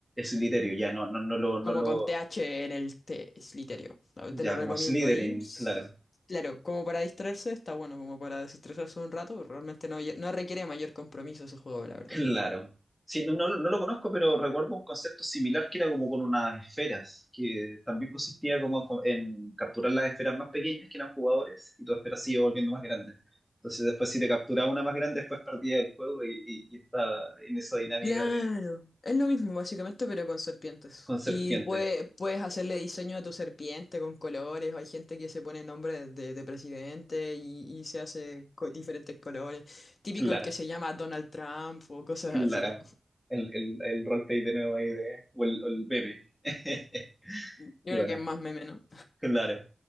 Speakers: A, in the centre; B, on the left (about 55°).
A: Slytherin, ya, no, no, no lo, no
B: como
A: lo,
B: con TH en el T, Slytherio. A-
A: ya,
B: Te lo recomiendo
A: como Slytherin,
B: ahí. s-
A: claro,
B: Claro, como para distraerse está bueno, como para desestresarse un rato, realmente no, no requiere mayor compromiso ese juego,
A: <laughs>
B: la verdad.
A: claro. Sí, no, no, lo no lo conozco, pero recuerdo un concepto similar que era como con unas esferas, que también consistía como co- en capturar las esferas más pequeñas, que eran jugadores, y tu esfera se iba volviendo más grande. Entonces después si te capturaba una más grande, después perdía el juego y, y, y estaba en esa dinámica
B: Claro,
A: de
B: es lo mismo básicamente, pero con serpientes.
A: con serpientes.
B: Y puede- puedes hacerle diseño a tu serpiente con colores, hay gente que se pone nombres de, de presidente y, y se hace con diferentes colores. Típico
A: Claro,
B: el que se llama Donald Trump o cosas
A: claro.
B: así, ¿no?
A: El, el, el roleplay de nuevo ahí de, o el, o el meme. <laughs>
B: Yo creo
A: Qué buena.
B: que es más meme, ¿no?
A: Claro.